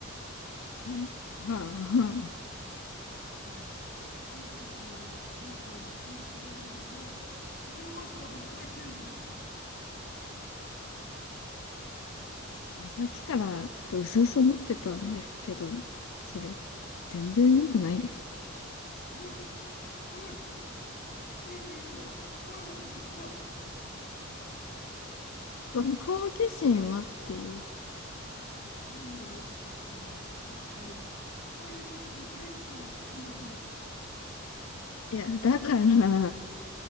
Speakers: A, on the left; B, on the left.
A: よ。はあはあ、はあ、
B: 本当に好奇心は猫をも殺すということですな虎バサミだけに
A: あの、さっきからちょっと薄々思ってたんですけど、それ、全然うまくないですよ。
B: えそれそれというのはどれのことですかな
A: その好奇心はっていう。
B: 何をおっしゃってるのか私には皆目見当つきませぬ
A: いや、だから、